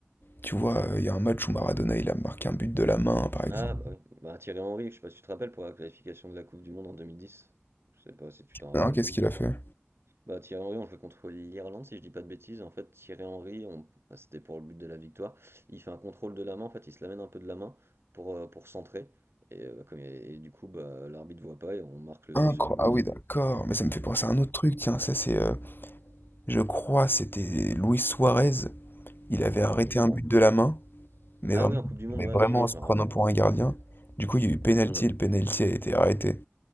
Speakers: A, on the left; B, on the right.
A: Tu vois, il y a un match où Maradona, il a marqué un but de la main, par exemple.
B: Ah bah oui, bah Thierry Henry, je sais pas si tu te rappelles pour la qualification de la Coupe du Monde en 2010. Je sais pas si tu t'en rappelles.
A: Non, qu'est-ce qu'il a fait?
B: Bah Thierry Henry, on jouait contre l'Irlande si je dis pas de bêtises. En fait, Thierry Henry, on... bah, c'était pour le but de la victoire. Il fait un contrôle de la main, en fait, il se l'amène un peu de la main pour, euh, pour centrer. Et, euh, bah, comme et du coup, bah, l'arbitre voit pas et on marque le...
A: Incro-
B: sur le but
A: Ah oui,
B: et.
A: d'accord. Mais ça me fait penser à un autre truc. Tiens, ça, c'est. euh, je crois, c'était Luis Suarez. Il avait arrêté
B: Non, Cameroun.
A: un but de la main, mais
B: Ah
A: vraiment,
B: oui, en Coupe du Monde,
A: mais
B: ouais,
A: vraiment
B: ouais oui, je
A: en se
B: me
A: prenant
B: rappelle.
A: pour un gardien. Du coup, il y a eu penalty
B: Hmm.
A: et le penalty a été arrêté.